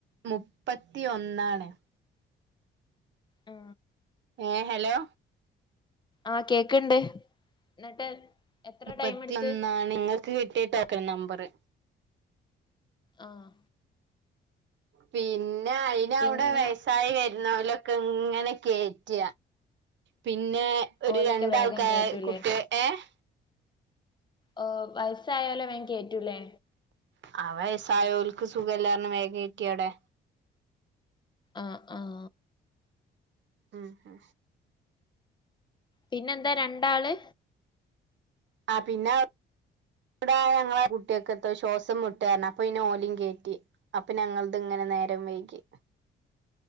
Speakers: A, on the right (about 65°); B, on the left (about 25°).
A: മുപ്പത്തി ഒന്നാണ്
B: ആ
A: ഏ ഹലോ
B: ആഹ് കേക്ക്ണ്ട് എന്നിട്ട് എത്ര
A: മുപ്പത്തിയൊന്നാണ്
B: ടൈം എടുത്ത്
A: ങ്ങൾക്ക് കിട്ടിയാ ടോക്കൺ നമ്പറ്.
B: ആഹ്
A: പിന്നെ അയിന്
B: പിന്നെ
A: അവിടെ വയസ് സായി വരുന്നവലൊക്കെ ഇങ്ങനെ കേറ്റ പിന്നെ. ഒരു
B: ഓലൊക്കെ
A: രണ്ടാൾക്കാ
B: വേഗം കേറ്റൂലേ
A: കുട്ടി ഏഹ്
B: ഓ വയസ്സായൊലെ വേം കേറ്റൂല്ലേ.
A: ആഹ് വയസ്സായോൽക്ക് സുഖല്ലർഞ്ഞ് വേ കേറ്റി അവിടെ.
B: ആഹ് ആഹ്
A: ഉം ഹ്
B: പിന്നെന്താ രണ്ടാള്
A: ആഹ് പിന്നെ. ഇവിട് <inaudible> കുട്ടിയൊക്കെ എത്തോ ശ്വാസം മുട്ടാന്നറിഞ്ഞ അപ്പൊ പിന്നെ ഓലെയും കേറ്റി. അപ്പൊ ഞങ്ങളത് ഇങ്ങനെ നേരം വൈകി.